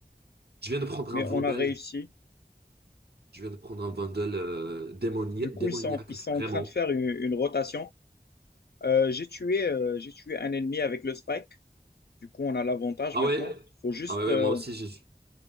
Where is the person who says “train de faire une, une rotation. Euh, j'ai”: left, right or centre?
Left